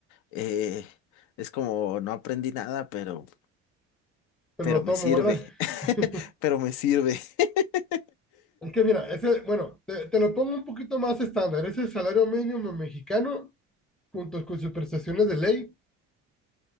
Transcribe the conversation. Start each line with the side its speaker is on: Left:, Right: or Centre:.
Left: Eh, es como, no aprendí nada, pero,
Centre: pero
Left: pero
Centre: lo tomo,
Left: me sirve.
Centre: ¿verdad?
Left: <laughs>
Centre: <laughs>
Left: Pero me sirve. <laughs>
Centre: Es que mira, ese, bueno, te, te lo pongo un poquito más estándar. Es el salario mínimo mexicano junto con sus prestaciones de ley